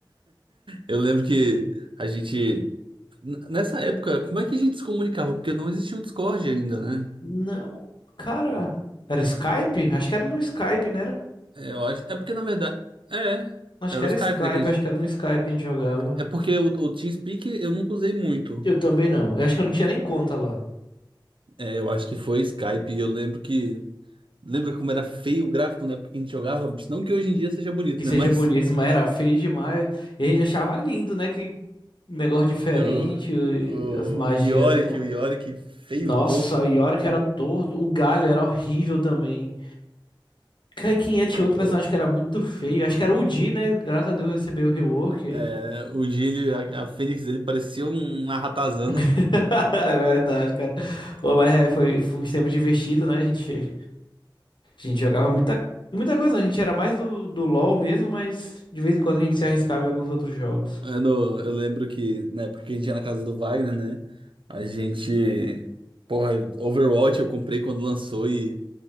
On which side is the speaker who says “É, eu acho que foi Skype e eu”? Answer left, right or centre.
Right